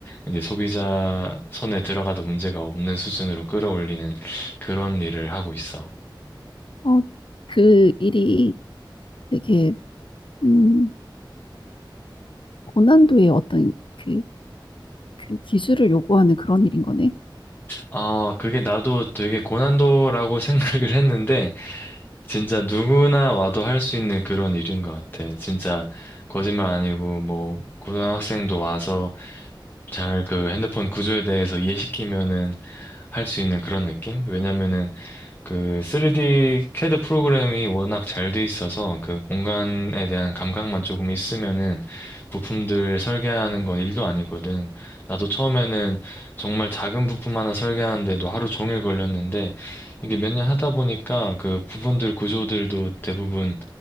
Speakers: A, on the left; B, on the left.
A: 이제 소비자 손에 들어가도 문제가 없는 수준으로 끌어올리는 그런 일을 하고 있어.
B: 어, 그 일이 되게 음, 고난도의 어떤 그 그 기술을 요구하는 그런 일인 거네.
A: 아, 그게 나도 되게 고난도라고 <laughs> 생각을 했는데, 진짜 누구나 와도 할 수 있는 그런 일인 것 같아. 진짜 거짓말 아니고 뭐 고등학생도 와서 잘 그 핸드폰 구조에 대해서 이해시키면은 할 수 있는 그런 느낌? 왜냐면은 그 3D CAD 프로그램이 워낙 잘 돼 있어서 그 공간에 대한 감각만 조금 있으면은 부품들 설계하는 건 일도 아니거든. 나도 처음에는 정말 작은 부품 하나 설계하는데도 하루 종일 걸렸는데 이게 몇 년 하다 보니까 그 부분들 구조들도 대부분